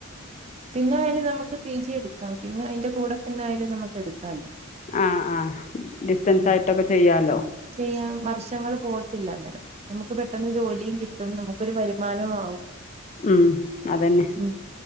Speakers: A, on the right; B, on the left.
A: പിന്നെ വേണേ നമുക്ക് പി പി ജി എടുക്കാം പിന്നെ അയ്ന്റെ കൂടെ തന്നെ ആയാലും നമ്മക്ക് എടുക്കാല്ലോ
B: ആ ആ ഡിസ്റ്റൻസ്
A: മ്
B: ആയിട്ടൊക്കെ ചെയ്യാമല്ലോ
A: ചെയ്യാം വർഷങ്ങള് പോകത്തില്ല അന്നേരം നമക്ക് പെട്ടെന്ന് ജോലിയും കിട്ട ട്ടും നമുക്കൊരു വരുമാനവും ആവും
B: ഉം അതന്നെ
A: ഉം